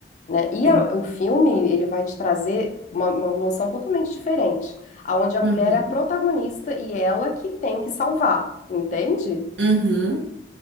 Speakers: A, on the left (about 45°); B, on the right (about 80°).
A: né? E
B: sim,
A: a- o filme, ele vai te trazer uma, uma noção totalmente diferente, aonde a mulher
B: uhum,
A: é a protagonista e ela que tem que salvar, entende?
B: uhum.